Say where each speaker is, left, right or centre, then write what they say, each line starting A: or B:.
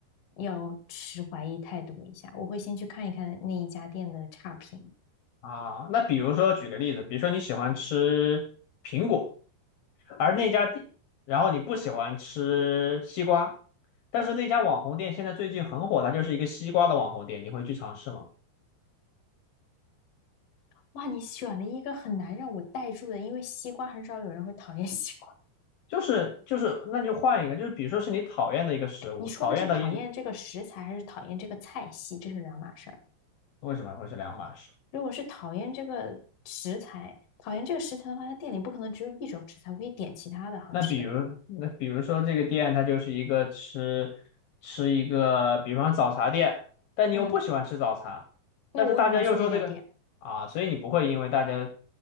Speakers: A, on the left; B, on the left.
A: 要持怀疑态度一下，我会先去看一看那一家店的差评。
B: 啊。那比如说举个例子，比如说你喜欢吃苹果，而那家店，然后你不喜欢吃西瓜，但是那家网红店现在最近很火，它就是一个西瓜的网红店，你会去尝试吗？
A: 哇，你选了一个很难让我带入的，因为西瓜很少有人会讨厌 <laughs> 西瓜。
B: 就是就是，那就换一个，就是比如说是你讨厌的一个食物，
A: 你说的是讨厌这个食材，
B: 讨厌的一，
A: 还是讨厌这个菜系？这是两码事儿。
B: 为什么会是两码事？
A: 如果是讨厌这个食材，讨厌这个食材的话，他店里不可能只有一种食材，我可以点其他的好吃的。
B: 那比如，那比如说这个店，它就是一个吃吃一个，比方早茶店，但你又不喜欢吃早茶，
A: 嗯，那我为什么要去那家店？
B: 但是大家又说这个啊，所以你不会因为大家